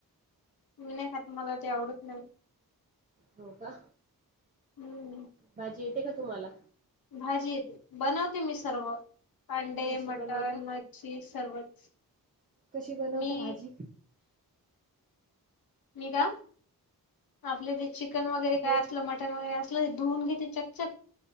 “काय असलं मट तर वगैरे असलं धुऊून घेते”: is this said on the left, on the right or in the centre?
Left